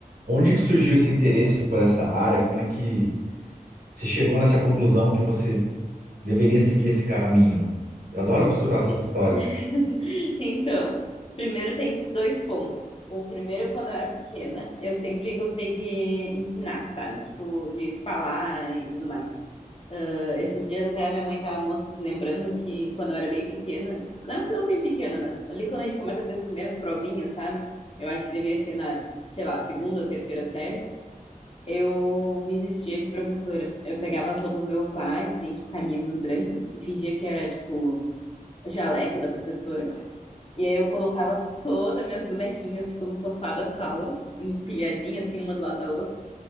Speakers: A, on the right (about 85°); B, on the left (about 40°).
A: onde que surgiu esse interesse por essa área? Como é que você chegou nessa conclusão que você deveria seguir esse caminho? Eu adoro escutar essas histórias.
B: <laughs> Então, primeiro tem dois pontos. O primeiro, quando eu era pequena, eu sempre gostei de ensinar, sabe? Tipo, de falar e tudo mais. Ah, Esses dias até a minha mãe tava mos- lembrando que quando eu era bem pequena, não, não bem pequena, mas ali quando a gente começa a ter as primeiras provinhas, sabe? Eu acho que deveria ser na, sei lá, segunda terceira série. Eu me vestia de professora. Eu pegava as roupas do meu pai, assim, tipo, camisas brancas, e fingia que era, tipo, jaleco da professora. E aí eu colocava todas minhas bonequinhas, tipo, no sofá da sala, empilhadinha, assim, uma do lado da outra.